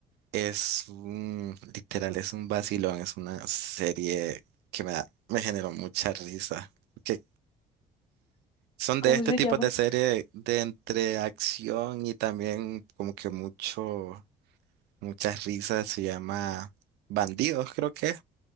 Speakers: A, on the right (about 75°); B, on the left (about 30°).
A: Es un, literal, es un vacilón, es una serie que me da, me generó mucha risa. Que son
B: ¿Cómo
A: de este
B: se
A: tipo
B: llama?
A: de serie de entre acción y también como que mucho, muchas risas. Se llama Bandidos, creo que.